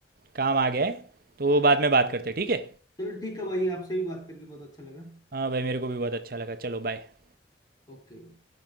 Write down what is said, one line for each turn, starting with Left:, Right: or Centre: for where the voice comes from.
Right: काम आ गया है तो बाद में बात करते हैं, ठीक है
Left: चलो ठीक है भाई आपसे भी बात करके बहुत अच्छा लगा
Right: हाँ भाई मेरे को भी बहुत अच्छा लगा चलो बाय
Left: ओके भाई